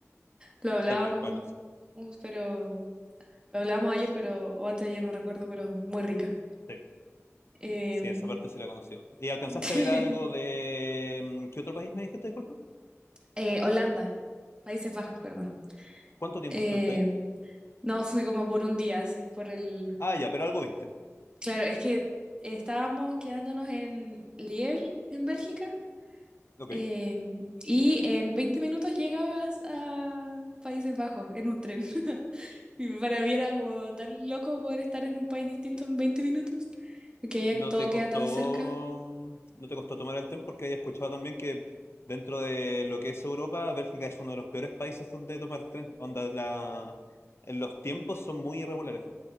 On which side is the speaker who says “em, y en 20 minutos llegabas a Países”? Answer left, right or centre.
Right